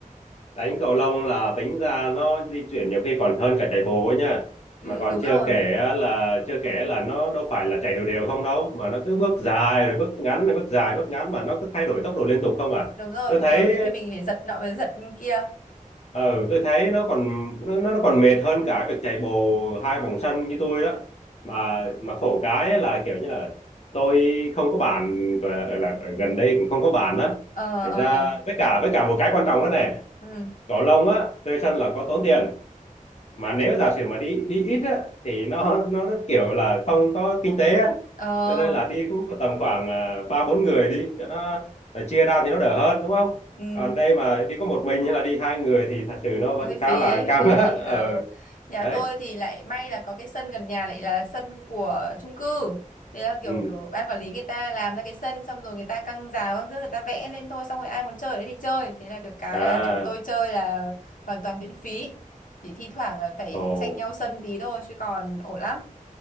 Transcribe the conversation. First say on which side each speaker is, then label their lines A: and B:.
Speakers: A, on the left; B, on the left.
A: đánh cầu lông là tính ra nó di chuyển nhiều khi còn hơn cả chạy bộ ấy nha
B: ừ
A: mà còn
B: đúng
A: chưa
B: rồi
A: kể là chưa kể là nó đâu phải là chạy đều đều không đâu mà nó cứ bước dài rồi bước ngắn rồi bước dài bước ngắn mà nó cứ thay đổi tốc độ liên tục không à
B: đúng rồi
A: tôi thấy
B: kiểu như khi mình phải giật nọ với giật kia
A: ừ tôi thấy nó còn nó nó còn mệt hơn cả việc chạy bộ hai vòng sân như tôi đó mà mà khổ cái ấy là kiểu như là tôi không có bàn gọi là ở gần đây cũng không có bàn đó
B: ờ
A: thành
B: ờ
A: ra với cả với cả một cái quan trọng đó này
B: ừ
A: cầu lông á thuê sân là có tốn tiền mà nếu giả sử mà đi đi ít á thì nó nó rất kiểu là không có kinh tế á
B: ờ
A: cho nên là đi cũng tầm khoảng à, ba bốn người đi cho nó nó chia ra thì nó đỡ hơn đúng không
B: ừ
A: còn đây mà đi có một mình hay là đi hai người thì thật sự nó vẫn
B: hơi
A: khá
B: phí
A: là
B: hơi
A: căng
B: phí
A: á <laughs> ờ
B: ờ. nhà
A: đấy
B: tôi thì lại may là có cái sân gần nhà lại là sân của chung cư thế là kiểu
A: ừ
B: kiểu ban quản lý người ta làm ra cái sân xong rồi người ta căng rào các thứ người ta vẽ lên thôi xong rồi ai muốn chơi ở đấy thì chơi thế là được cái
A: à
B: là chúng tôi chơi là hoàn toàn miễn phí chỉ thi thoảng là phải
A: ồ
B: tranh nhau sân tí thôi chứ còn ổn lắm